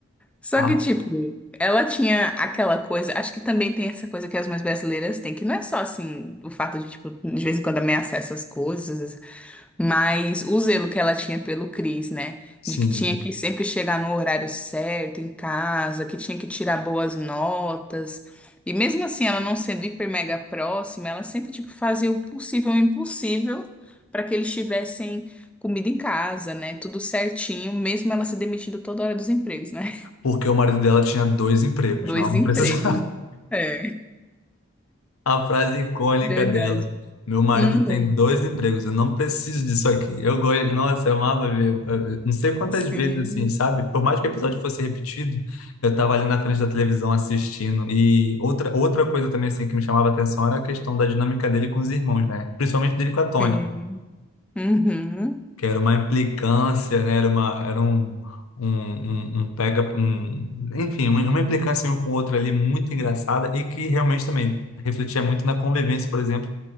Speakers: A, in the centre; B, on the left.
A: Só
B: Ah,
A: que, tipo, ela tinha aquela coisa, acho que também tem essa coisa que as mães brasileiras têm, que não é só assim, o fato de, tipo, de vez em quando ameaçar essas coisas, mas o zelo que ela tinha pelo Cris, né?
B: sim.
A: De que tinha que sempre chegar no horário certo, em casa, que tinha que tirar boas notas. E mesmo assim, ela não sendo hiper mega próxima, ela sempre, tipo, fazia o possível e o impossível para que eles tivessem comida em casa, né? Tudo certinho, mesmo ela se demitindo toda hora dos empregos, né?
B: Porque o marido dela tinha dois empregos,
A: Dois
B: não
A: empregos.
B: precisa.
A: É,
B: A frase icônica
A: verdade.
B: dela. Meu marido
A: Uhum.
B: tem dois empregos, eu não preciso disso aqui. Eu gosto, nossa, eu amava ver. eu- eu Não sei quantas
A: Sim,
B: vezes, assim, sabe? Por mais que o episódio fosse repetido, eu tava ali na frente da televisão assistindo. E outra, outra coisa também, assim, que me chamava a atenção era a questão da dinâmica dele com os irmãos, né? Principalmente dele com a Tony,
A: sim. Uhum,
B: que era uma implicância, né? Era uma, era um, um, um, um pega, um, enfim, uma uma implicância um com o outro ali muito engraçada e que realmente também refletia muito na convivência, por exemplo